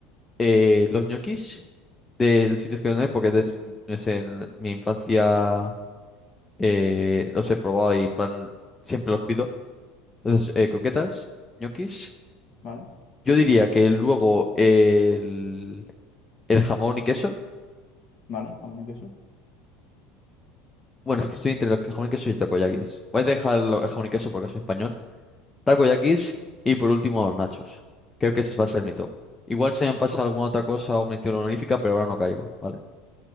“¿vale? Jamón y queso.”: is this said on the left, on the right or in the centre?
Left